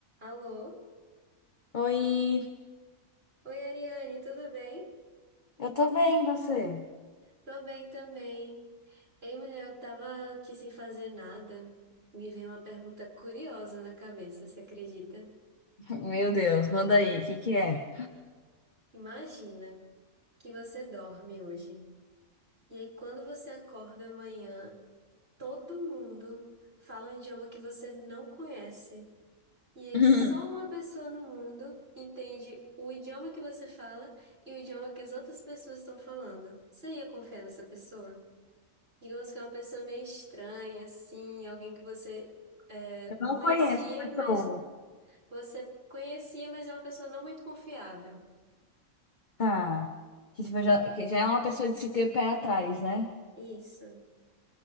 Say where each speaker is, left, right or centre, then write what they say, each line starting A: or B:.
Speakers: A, on the right (about 45°); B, on the left (about 35°).
A: Alô?
B: Oi,
A: Oi, Ariane, tudo bem?
B: Eu tô bem, e você?
A: Tô bem também. Ei, mulher, eu tava aqui sem fazer nada. Me veio uma pergunta curiosa na cabeça, você acredita?
B: meu Deus, manda aí, o que que é?
A: Imagina que você dorme hoje. E aí, quando você acorda amanhã, todo mundo fala um idioma que você não conhece. E aí,
B: <laughs>
A: só uma pessoa no mundo entende o idioma que você fala e o idioma que as outras pessoas estão falando. Você ia confiar nessa pessoa? Digamos que é uma pessoa meio estranha, assim, alguém que você é,
B: Eu não
A: conhecia,
B: conheço a pessoa.
A: mas você conhecia, mas é uma pessoa não muito confiável.
B: Tá. Que tipo, já, que já é uma pessoa de se ter pé atrás, né?
A: Isso.